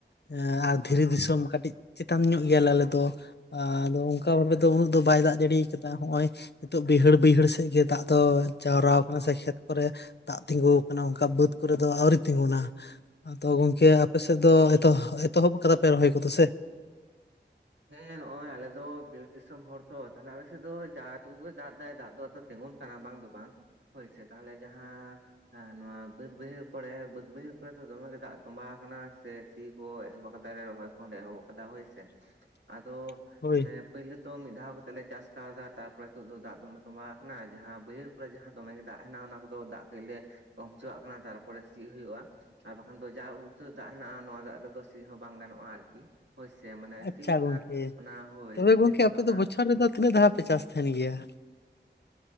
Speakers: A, on the left; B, on the right.
A: ᱮ ᱫᱷᱤᱨᱤ ᱫᱤᱥᱚᱢ ᱠᱟᱹᱴᱤᱡ ᱪᱮᱛᱟᱱ ᱧᱚᱜ ᱜᱮᱭᱟᱞᱮ ᱟᱞᱮ ᱫᱚ ᱟᱫᱚ ᱚᱱᱠᱟ ᱵᱷᱟᱵᱮ ᱛᱚ ᱩᱱᱟᱹᱜ ᱫᱚ
B: ᱟᱪᱪᱷᱟ
A: ᱵᱟᱭ ᱫᱟᱜ
B: ᱟᱪᱪᱷᱟ
A: ᱡᱟᱹᱲᱤ ᱟᱠᱟᱫᱟ ᱦᱚᱜ-ᱚᱭ ᱱᱤᱛᱚᱜ ᱵᱟᱹᱭᱦᱟᱹᱲ ᱵᱟᱹᱭᱦᱟᱹᱲ ᱥᱮᱫ ᱜᱮ ᱫᱟᱜ ᱫᱚ ᱡᱟᱣᱨᱟ ᱟᱠᱟᱱᱟ ᱥᱮ ᱠᱷᱮᱛ ᱠᱚ ᱨᱮ, ᱫᱟᱜ ᱛᱤᱸᱜᱩ ᱟᱠᱟᱱᱟ ᱚᱱᱠᱟ ᱵᱟᱹᱫᱽ ᱠᱚᱨᱮ ᱫᱚ ᱟᱹᱣᱨᱤ ᱛᱤᱸᱜᱩᱱᱟ ᱟᱫᱚ ᱜᱚᱝᱠᱮ, ᱟᱯᱮ ᱥᱮᱫ
B: ᱟᱪᱪᱷᱟ
A: ᱫᱚ
B: ᱟᱪᱪᱷᱟ
A: ᱮᱛᱚᱦ ᱮᱛᱚᱦᱚᱵ ᱠᱟᱫᱟ ᱯᱮ ᱨᱚᱦᱚᱭ ᱠᱚ ᱫᱚ ᱥᱮ?
B: ᱦᱮᱸ ᱱᱚᱜ-ᱚᱜ ᱟᱞᱮ ᱫᱚ ᱵᱤᱨ ᱫᱤᱥᱚᱢ ᱦᱚᱲ ᱛᱚ ᱛᱟᱦᱞᱮ ᱟᱞᱮᱥᱮᱫ ᱫᱚ ᱡᱟ ᱴᱩᱵᱟᱹ ᱫᱟᱜ ᱛᱮ ᱫᱟᱜ ᱫᱚ, ᱛᱤᱸᱜᱳᱱ ᱠᱟᱱᱟ ᱵᱟᱝ ᱫᱚ ᱵᱟᱝ ᱦᱳᱭ ᱥᱮ ᱛᱟᱦᱚᱞᱮ ᱡᱟᱦᱟᱸ, ᱦᱮ ᱱᱚᱶᱟ ᱵᱟᱹᱫᱽ ᱵᱟᱹᱭᱦᱟᱹᱲ ᱠᱚᱨᱮ ᱵᱟᱹᱫᱽ ᱵᱟᱹᱭᱦᱟᱹᱲ ᱠᱚᱨᱮ ᱫᱚᱢᱮ ᱜᱮ ᱫᱟᱜ ᱛᱚᱸᱵᱟ ᱟᱠᱟᱱᱟ ᱥᱮ ᱥᱤ ᱠᱚ ᱮᱦᱚᱵ ᱠᱟᱫᱟ ᱞᱮ ᱨᱚᱦᱚᱭ ᱠᱷᱚᱱ ᱮᱦᱚᱵ ᱟᱠᱟᱫᱟ ᱦᱳᱭ ᱥᱮ,
A: <unintelligible>
B: ᱟᱫᱚ,
A: ᱦᱳᱭ
B: ᱢᱟᱱᱮ ᱯᱳᱭᱞᱳ ᱛᱚ ᱢᱤᱫ ᱫᱷᱟᱣ ᱠᱟᱛᱮᱜ ᱞᱮ ᱪᱟᱥ ᱠᱟᱣᱫᱟ ᱛᱟᱨᱯᱚᱨᱮ ᱦᱤᱛᱚᱜ ᱫᱚ ᱫᱟᱜ ᱫᱚᱢᱮ ᱛᱚᱸᱵᱟ ᱟᱠᱟᱱᱟ ᱡᱟᱦᱟᱸ ᱵᱟᱹᱭᱦᱟᱹᱨ, ᱡᱟᱦᱟᱸ ᱫᱚᱢᱮ ᱜᱮ ᱫᱟᱜ ᱦᱮᱱᱟᱜ ᱚᱱᱟ ᱠᱚᱫᱚ ᱫᱟᱜ ᱠᱟᱹᱡᱞᱮ ᱠᱚᱢ ᱦᱚᱪᱚᱣᱟᱜ ᱠᱟᱱᱟ ᱛᱟᱨᱯᱚᱨᱮ ᱥᱤ ᱦᱳᱭᱳᱜᱼᱟ ᱾ ᱟᱨ ᱵᱟᱠᱷᱟᱱ ᱫᱚ ᱡᱟ ᱩᱛᱟᱹᱨ ᱫᱟᱜ ᱦᱮᱱᱟᱜᱼᱟ ᱱᱚᱣᱟ ᱫᱟᱜ ᱨᱮᱫᱚ ᱥᱤ ᱦᱚᱸ ᱵᱟᱝ ᱜᱟᱱᱚᱜᱼᱟ ᱟᱨᱠᱤ ᱦᱳᱭ ᱥᱮ ᱢᱟᱱᱮ
A: ᱟᱪᱪᱷᱟ
B: ᱥᱤ, ᱞᱮᱠᱷᱟᱱ
A: ᱜᱚᱝᱠᱮ
B: ᱚᱱᱟ ᱦᱳᱭ
A: ᱛᱚᱵᱮ
B: ᱥᱤ
A: ᱜᱚᱝᱠᱮ
B: ᱞᱮᱠᱷᱟᱱ
A: ᱟᱯᱮ
B: ᱚᱱᱟ
A: ᱫᱚ ᱵᱚᱪᱷᱚᱨ ᱨᱮᱫᱚ ᱛᱤᱱᱟᱹᱜ ᱫᱷᱟᱣ ᱯᱮ ᱪᱟᱥ ᱛᱟᱦᱮᱱ ᱜᱮᱭᱟ?